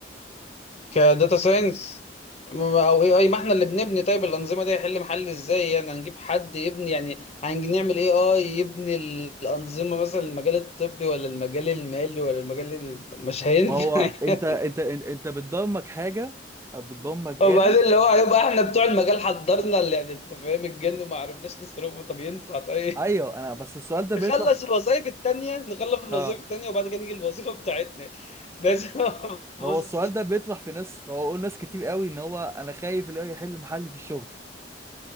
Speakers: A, on the left (about 35°); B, on the right (about 15°).
A: كداتا ساينس او اي اي ما احنا اللي بنبني طيب الانظمه دي هيحل محل ازاي يعني هنجيب حد يبني يعني هنعمل اي اي يبني الانظمه مثلا المجال الطبي ولا المجال المالي ولا المجال ال... مش هينفع
B: ما هو
A: <laughs>
B: انت انت انت انت بتضمك حاجه او بتضمك
A: وبعدين
B: آلة
A: اللي هو هيبقى احنا بتوع المجال حضرنا اللي يعني انت فاهم الجن وما عرفناش نصرفه طب ينفع طيب
B: ايوه انا بس السؤال
A: <laughs>
B: ده
A: نخلص
B: بيطرح
A: الوظائف التانية نخلص الوظائف
B: اه
A: التانية وبعد كده نيجي الوظيفة بتاعتنا بس <laughs>
B: ما
A: بص
B: هو السؤال ده بيطرح في ناس فهو قول ناس كتير قوي ان هو انا خايف اللي هو يحل محل في الشغل